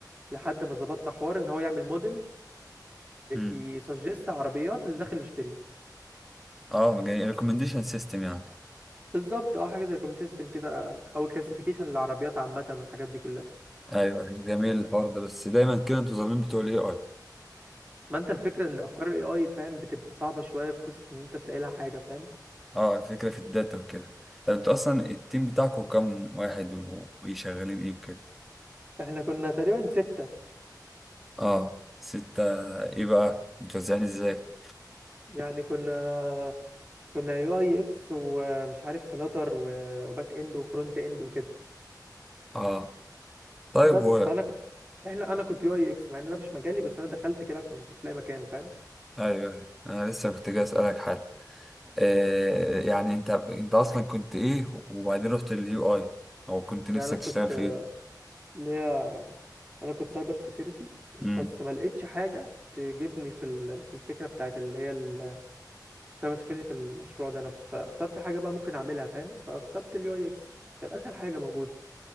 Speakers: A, on the right; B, in the centre.
A: لحد ما ظبطنا حوار ان هو يعمل موديل
B: امم
A: يسجست عربيات للي داخل يشتري
B: اه جميل ريكومنديشن سيستم يعني
A: بالظبط اه حاجه زي الكومنت سيستم كده او كلاسيفيكيشن للعربيات عامه والحاجات دي كلها
B: ايوه جميل الحوار ده بس دايما كده انتوا ظالمين بتوع الاي اي
A: ما انت الفكره ان افكار الاي اي فاهم بتبقى صعبه شويه في قصه ان انت تلاقي لها حاجه فاهم
B: اه الفكره في الداتا وكده طب انتوا اصلا التيم بتاعكم كام واحد و- وشغالين ايه وكده
A: احنا كنا تقريبا سته
B: اه ستة ايه بقى متوزعين ازاي
A: يعني كنا كنا يو اي اكس ومش عارف فلاتر وباك اند وفرونت اند وكده
B: اه طيب
A: بس
B: و
A: فانا ك- احنا انا كنت يو اي اكس مع ان ده مش مجالي بس انا دخلت كده عشان ما كنتش لاقي مكان فاهم
B: ايوه انا لسه كنت جاي اسالك حاجه آه يعني انت انت اصلا كنت ايه وبعدين رحت لليو اي او كنت نفسك
A: يعني انا كنت
B: تشتغل في ايه
A: اللي هي انا كنت سايبر سيكيورتي
B: امم
A: بس ما لقيتش حاجه تجيبني في ال- في الفكره بتاعت اللي هي السايبر سيكيورتي في المشروع ده نفسه فاخترت حاجه بقى ممكن اعملها فاهم فاخترت اليو اي اكس كانت اسهل حاجه موجوده